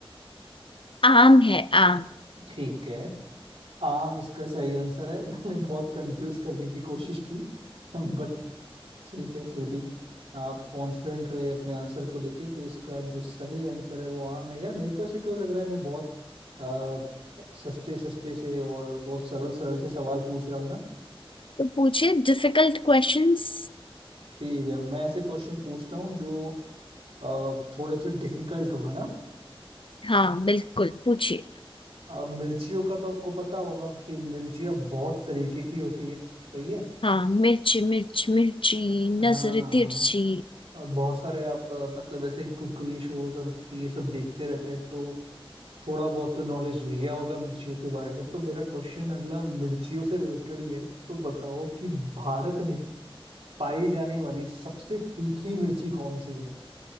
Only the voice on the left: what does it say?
आम है आम
तो पूछिए डिफिकल्ट क्वेश्चंस
हाँ बिल्कुल पूछिए
हाँ मिर्ची मिर्च मिर्ची
नजर तिरछी